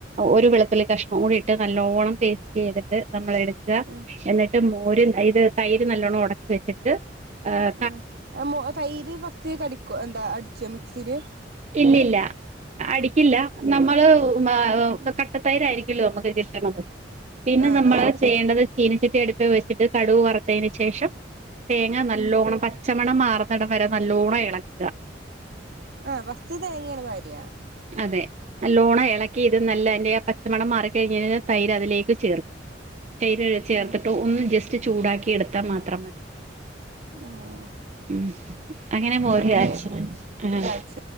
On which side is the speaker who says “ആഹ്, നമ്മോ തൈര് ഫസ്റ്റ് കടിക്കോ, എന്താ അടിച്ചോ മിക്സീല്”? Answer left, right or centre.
Right